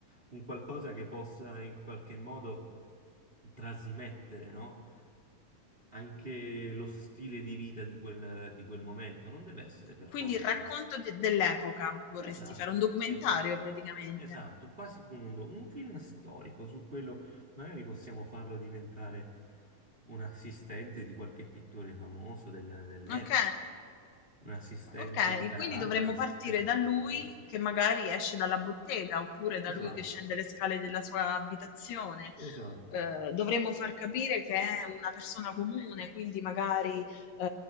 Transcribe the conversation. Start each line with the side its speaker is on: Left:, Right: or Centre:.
Right: un qualcosa che possa in qualche modo trasmettere, no? Anche lo stile di vita di quel, di quel momento, non deve essere per
Left: Quindi
Right: forza.
Left: il racconto de- dell'epoca vorresti
Right: Esatto,
Left: fare, un documentario
Right: esatto,
Left: praticamente.
Right: esatto, quasi come un, un film storico, su quello magari possiamo farlo diventare un assistente di qualche pittore famoso del- dell'epoca,
Left: Ok,
Right: un assistente
Left: Ok,
Right: di Caravaggio,
Left: quindi dovremmo
Right: un assistente
Left: partire da
Right: di
Left: lui
Right: Piano.
Left: che magari esce dalla bottega oppure da
Right: Esatto,
Left: lui che scende le scale della sua abitazione.
Right: esatto,
Left: Eh, dovremmo far capire che è una persona comune, quindi magari, eh,